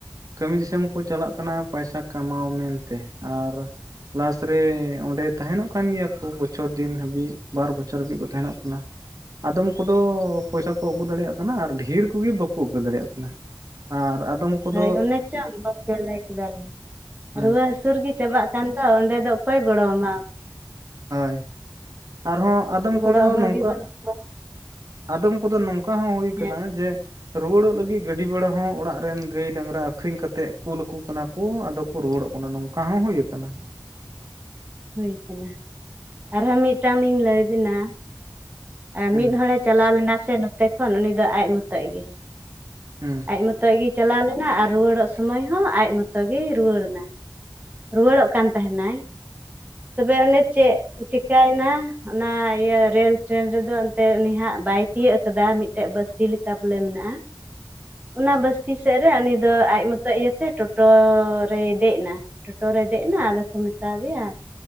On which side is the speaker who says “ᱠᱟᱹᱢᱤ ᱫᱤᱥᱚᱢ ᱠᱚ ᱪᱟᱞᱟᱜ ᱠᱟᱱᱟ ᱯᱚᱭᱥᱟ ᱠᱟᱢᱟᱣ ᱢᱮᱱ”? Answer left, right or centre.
Right